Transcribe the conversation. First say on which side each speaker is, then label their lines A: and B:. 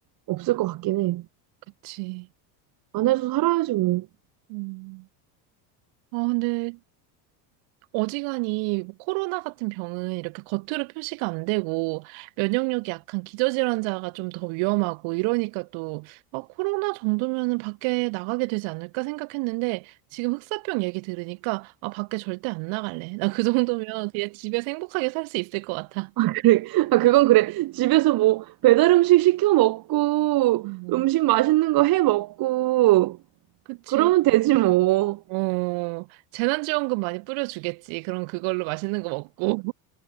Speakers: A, on the right (about 45°); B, on the right (about 70°).
A: 없을 것 같긴 해.
B: 그치.
A: 안에서 살아야지 뭐.
B: 음. 아, 근데 어지간히 뭐 코로나 같은 병은 이렇게 겉으로 표시가 안 되고 면역력이 약한 기저질환자가 좀 더 위험하고 이러니까 또 아, 코로나 정도면은 밖에 나가게 되지 않을까 생각했는데 지금 흑사병 얘기 들으니까 아, 밖에 절대 안 나갈래. 나 그 정도면 그냥 집에서 행복하게 살 수 있을 것 같아.
A: <laughs> 그래. 아, 그건 그래. 집에서 뭐 배달 음식 시켜 먹고
B: 음,
A: 음식 맛있는 거 해 먹고
B: 그치.
A: 그러면 되지 뭐.
B: 어, 재난지원금 많이 뿌려주겠지. 그럼 그걸로 맛있는 거 먹고.